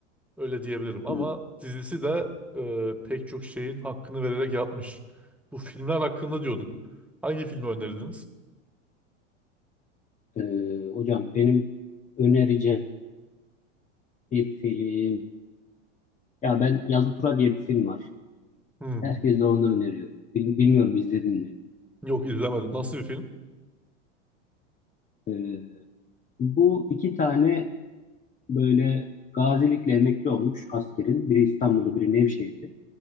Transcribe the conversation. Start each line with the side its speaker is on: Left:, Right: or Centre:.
Centre: Öyle diyebilirim ama
Left: Hı.
Centre: dizisi de e, pek çok şeyin hakkını vererek yapmış. Bu filmler hakkında diyorduk. Hangi filmi önerdiniz?
Left: Ee, hocam benim önereceğim Bir film. Ya ben Yazı Tura diye bir film var.
Centre: Hı.
Left: Herkese onu öneriyorum. Bil- Bilmiyorum izledin mi?
Centre: Yok izlemedim. Nasıl bir film?
Left: Ee, bu iki tane böyle gazilikle emekli olmuş askerin. Biri İstanbul'da, biri Nevşehir'de.